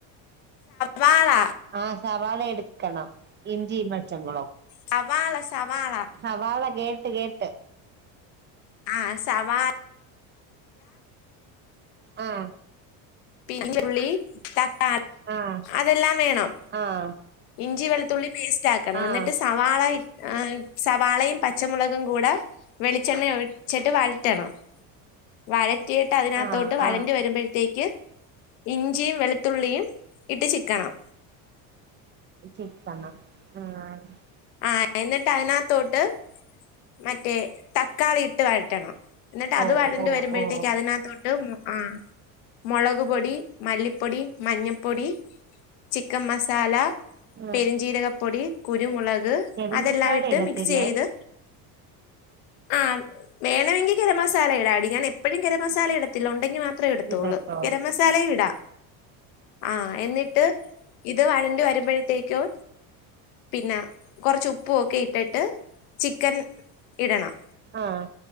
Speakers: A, on the left; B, on the right.
A: വാള
B: ആഹ് സവാള എടുക്കണം ഇഞ്ചി പച്ചമുളകും
A: സവാള സവാള
B: സവാള കേട്ട് കേട്ട്
A: ആഹ് സവാ
B: ആഹ്
A: പിനി ഞ്ഞുള്ളി തക്കാളി
B: ആഹ്
A: അതെല്ലാം വേണം
B: ആഹ്
A: ഇഞ്ചി വെളുത്തുള്ളി പേസ്റ്റ് ആക്കണം
B: ആഹ്
A: എന്നിട്ട് സവാള ആഹ് സവാളയും പച്ചമുളകും കൂടെ വെളിച്ചെണ്ണ ഒഴിച്ചിട്ട് വഴറ്റണം വഴറ്റിയിട്ട് അതിനകത്തോട്ട്
B: ആഹ്
A: വഴണ്ട്
B: ആഹ്
A: വരുമ്പഴത്തേക്ക് ഇഞ്ചിയും വെളുത്തുള്ളിയും ഇട്ട് ചിക്കണം
B: ചിക്കണം ആഹ്
A: ആഹ് എന്നിട്ട് അതിനകത്തോട്ട് മറ്റേ തക്കാളി ഇട്ട് വഴറ്റണം എന്നിട്ട് അത്
B: ഓഹ്
A: വഴണ്ട്
B: ഓഹ്
A: വരുമ്പഴത്തേക്ക്
B: ഓഹ്
A: അതിനകത്തോട്ട് ആഹ് മുളക് പൊടി മല്ലിപ്പൊടി മഞ്ഞപ്പൊടി ചിക്കൻ മസാല,
B: ആഹ്
A: പെരിഞ്ചീരകപ്പൊടി, കുരുമുളക്.
B: ഗരം
A: അതെല്ലാം
B: മസാല
A: ഇട്ട്
B: ഇടത്തില്ലേ
A: മിക്സ് ചെയ്ത്. ആഹ് വേണമെങ്കിൽ ഗരമസാല ഇടാടി ഞാനെപ്പഴും ഗരമസാല ഇട ഇടത്തില്ല ഉണ്ടെങ്കി മാത്രേ ഇടത്തുള്ളൂ
B: ഇടത്തോ
A: ഗരം മസാലയും ഇടാം ആഹ് എന്നിട്ട്. ഇത് വഴണ്ടു വരുമ്പഴത്തേക്കോ. പിന്നെ കുറച്ച് ഉപ്പും ഒക്കെ ഇട്ടിട്ട് ചിക്കൻ. ഇടണം.
B: ആഹ്.